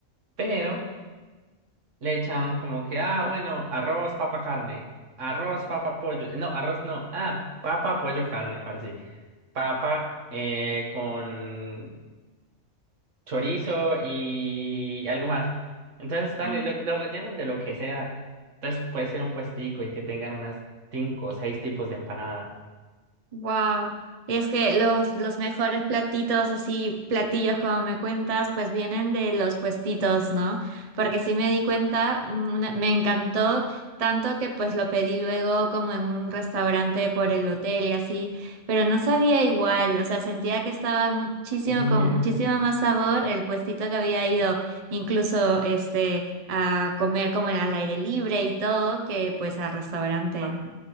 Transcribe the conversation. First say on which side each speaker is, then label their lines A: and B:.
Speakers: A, on the right (about 75°); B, on the right (about 40°).
A: Pero le echan como que, ah, bueno, arroz, papa, carne, arroz, papa, pollo. No, arroz no, ah, papa, pollo, carne, ahora sí papa eh, con chorizo y algo más. Entonces, dale,
B: Ujú.
A: lo, lo rellenan de lo que sea. Entonces, puede ser un puestico y que tengan unas cinco o seis tipos de empanadas.
B: Wow. Y es que los, los mejores platitos, así platillos como me cuentas, pues vienen de los puestitos, ¿no? Porque sí me di cuenta, mm, una- me encantó tanto que pues lo pedí luego como en un restaurante por el hotel y así, pero no sabía igual, o sea, sentía que estaba muchísimo,
A: Eh,
B: con muchísimo más sabor el puestito que había ido, incluso este, a comer como al aire libre y todo, que pues al restaurante.
A: ah,